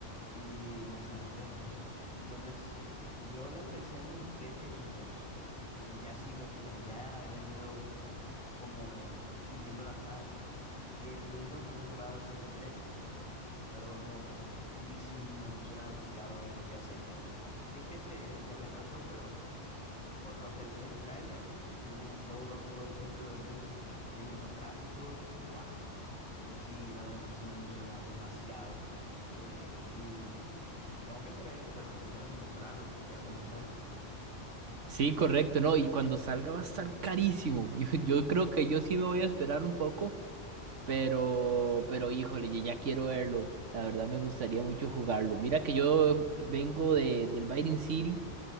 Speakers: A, in the centre; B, on the right (about 80°).
A: y la San Andrés, ¿no? Entonces, yo la empecé en PlayStation dos Entonces, ya sí, desde allá he venido como siguiendo la saga. El único que no he jugado es el tres pero no, hombre, sí, sí me emociona demasiado el GTA seis Vi que se, se retrasó, pero por lo que vi en el tráiler, tiene todo, todo el sentido del mundo. Tiene unos gráficos, ¡guau! Entonces sí, la verdad que sí me emociona demasiado. Eh, y supongo que seré el de los primeros en comprarlo cu- ya cuando salga.
B: Sí, correcto, no, y cuando salga va a estar carísimo. <laughs> Yo, yo creo que yo sí me voy a esperar un poco, pero, pero híjole, yo ya quiero verlo. La verdad me gustaría mucho jugarlo. Mira que yo vengo de, del Viking City,